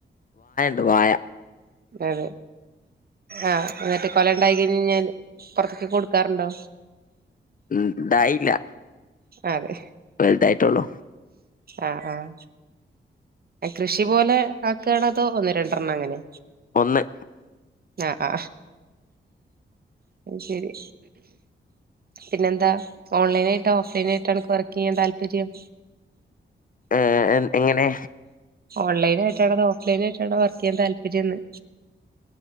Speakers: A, on the left; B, on the right.
A: കുവായ
B: അതെ ആഹ എന്നിട്ട് കൊല ഉണ്ടായി കഴിഞ്ഞഴിഞ്ഞാൽ പുൊറത്തേക്ക് കൊടുക്കാറുണ്ടോ
A: ഉ ഇതായില്ല
B: അതെ
A: ായിട്ടോള്ളോ
B: ആ് ആഹ കൃഷി പോലെ ആക്കണതോ ഒന്ന് രണ്ടെണ്ണം അങ്ങനെ
A: ഒന്ന്
B: ആ അ ശരി പിന്നെന്താ ഓൺലൈന ആായിട്ടോ ഓഫ്ലൈന ആായിട്ടോ എനിക്ക് വർക്ക് ചെയ്യാൻ താല്പര്യം
A: ഏർ എങ്ങനെ
B: ഓൺലൈന ആയിട്ടാണ അോ ഓഫ്ലൈന ആയിട്ടാാണ്ോ വർക്ക് ചെയ്യാൻ താല്പര്യംന്ന്